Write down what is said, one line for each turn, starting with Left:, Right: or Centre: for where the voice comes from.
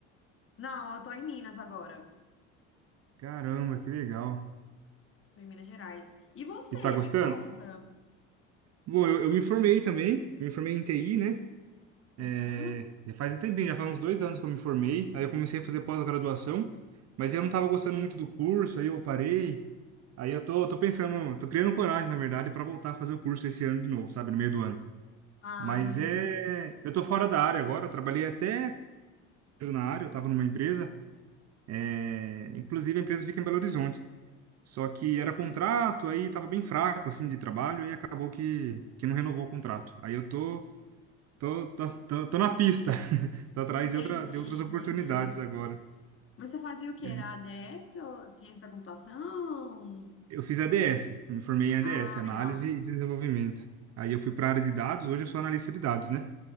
Left: não, eu tô em Minas agora.
Right: Caramba, que legal.
Left: Tô em Minas Gerais. E você,
Right: E tá gostando?
Left: me conta?
Right: Bom, eu, eu me formei também. Eu me formei em TI, né?
Left: Uhum.
Right: É, já faz um tempinho, já faz uns dois anos que eu me formei. Aí eu comecei a fazer pós-graduação, mas eu não tava gostando muito do curso, aí eu parei. Aí eu tô, tô pensando, tô criando coragem, na verdade, pra voltar a fazer o curso esse ano de novo, sabe? No meio do ano.
Left: Ah,
Right: Mas
Left: entendi.
Right: é. Eu tô fora da área agora, eu trabalhei até na área, eu tava numa empresa. É, inclusive a empresa fica em Belo Horizonte. Só que era contrato, aí tava bem fraco, assim, de trabalho, e acabou que, que não renovou o contrato. Aí eu tô, tô, tô, tô, tô na pista, <laughs> tô atrás
Left: Entendi,
Right: de, outra, de outras
Left: entendi.
Right: oportunidades agora.
Left: Mas você fazia o que
Right: É.
Left: Era ADS ou ciência da computação?
Right: Eu fiz ADS, eu me formei em ADS,
Left: Ah,
Right: Análise
Left: legal.
Right: e Desenvolvimento. Aí eu fui para a área de dados, hoje eu sou analista de dados, né?